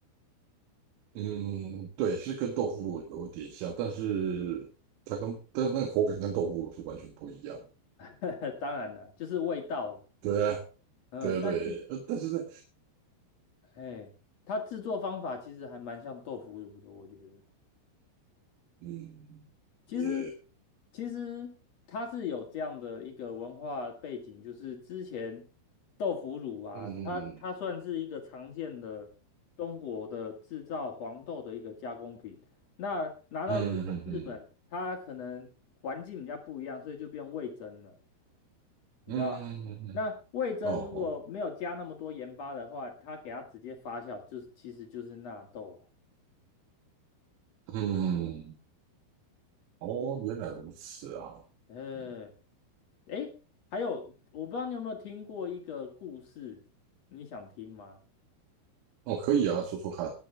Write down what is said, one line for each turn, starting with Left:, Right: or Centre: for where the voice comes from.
Right: 嗯，对，是跟豆腐乳有点像，但是它跟但是那个口感跟豆腐乳是完全不一样的。
Left: <laughs> 当然了，就是味道了。
Right: 对啊。
Left: 嗯，
Right: 对对对，
Left: 但是，
Right: 呃，但是呢，
Left: 哎，它制作方法其实还蛮像豆腐乳的，我觉得。
Right: 嗯，
Left: 其实，
Right: 也，
Left: 其实它是有这样的一个文化背景，就是之前豆腐乳啊，
Right: 嗯嗯
Left: 它它算是一个常见的中国的制造黄豆的一个加工品。那拿到日本日本，
Right: 嗯嗯
Left: 它可能环境比较不一样，所以就变味噌了，你知道吗？
Right: 嗯嗯，嗯
Left: 那味噌如果没有加那么多盐巴的话，
Right: 哦哦，
Left: 它给它直接发酵，就是其实就是纳豆了。
Right: 嗯，哦，原来如此啊，
Left: 嗯，
Right: 嗯，
Left: 诶，还有，我不知道你有没有听过一个故事，你想听吗？
Right: 哦，可以啊，说说看，